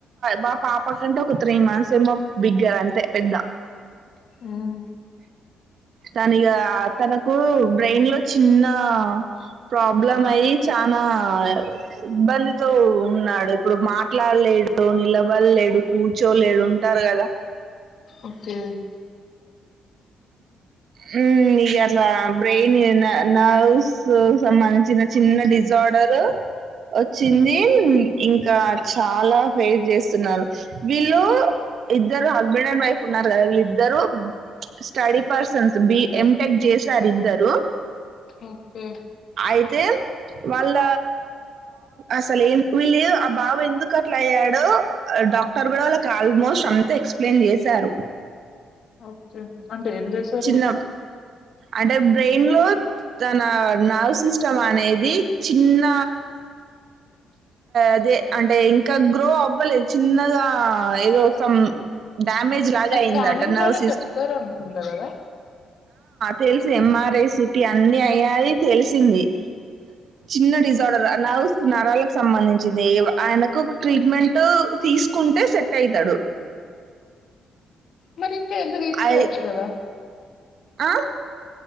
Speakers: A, on the right; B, on the left.
A: బా పాప కంటే ఒక త్రీ మంత్స్ ఏమో బిగ్గర్ అంతే పెద్ద
B: ఉమ్,
A: దాన్నిక తన కు బ్రెయిన్ లో చిన్న ప్రాబ్లం అయి చానా ఇబ్బందితో ఉన్నాడు ఇప్పుడు మాట్లాడలేడు నిలబడలేడు కూర్చోలేడు ఉంటారు కదా
B: ఓకే
A: హ్మ్ ఇగల బ్రెయిన్ న నర్వ్స్ సంబంధించిన చిన్న డిజార్డరు వచ్చింది ఇంకా చాలా ఫైర్ చేస్తున్నారు వీళ్ళు ఇద్దరు హస్బెండ్ అండ్ వైఫ్ ఉన్నారు కదా వీళ్ళి ఇద్దరు study persons B M tech జేసారు ఇద్దరు
B: ఓకే
A: అయితే వాళ్ళ అసలే ఏంటి వీళ్ళు ఆ బాబు ఎందుకు అట్లా అయ్యాడో డాక్టర్ కూడా వాళ్ళకి ఆల్మోస్ట్ అంత ఎక్స్ప్లెయిన్ చేశారు
B: ఓకే అంటే ఏం చేశారు
A: చిన్న అంటే బ్రెయిన్ లో తన నర్వ్ సిస్టమ్ అనేది చిన్న అదే అంటే ఇంకా గ్రో అవ్వలేదు చిన్నగా ఏదో సం డ్యామేజ్ లాగా
B: స్కానింగ్
A: అయిందట నర్వస్
B: లోనే
A: సిస్టమ్
B: చెప్తారు అనుకుంటా కదా
A: తెలిసి ఎంఆర్ఐ సిటీ అన్ని అయ్యాయి తెలిసింది చిన్న డిజార్డర నర్వస్ నరాలకు సంబంధించింది ఆయనకు ట్రీట్మెంట్ తీసుకుంటే సెట్ అయితాడు
B: మరి ఇంకా ఎందుకు తీసుకోవచ్చు
A: ఐ
B: కదా
A: ఆ